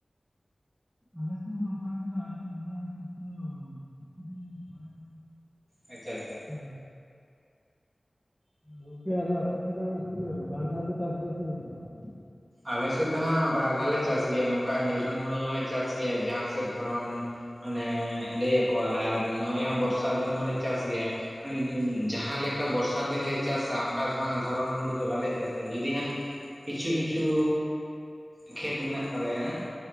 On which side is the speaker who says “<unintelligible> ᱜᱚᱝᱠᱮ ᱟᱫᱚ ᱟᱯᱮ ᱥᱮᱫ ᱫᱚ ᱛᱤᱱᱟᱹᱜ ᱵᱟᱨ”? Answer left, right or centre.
Right